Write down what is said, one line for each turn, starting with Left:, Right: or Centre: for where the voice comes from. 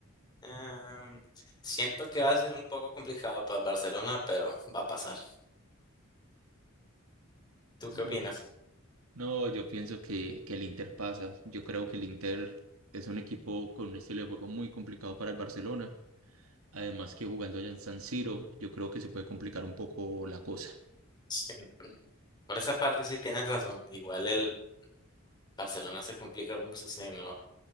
Left: Em, siento que va a ser un poco complicado para Barcelona, pero va a pasar. ¿Tú
Right: Yo,
Left: qué opinas?
Right: no, yo pienso que, que el Inter pasa. Yo creo que el Inter es un equipo con un estilo de juego muy complicado para el Barcelona. Además que jugando allá en San Siro, yo creo que se puede complicar un poco la cosa.
Left: Sí, Por esa parte sí tienes razón. Igual el Barcelona se complica mucho en lo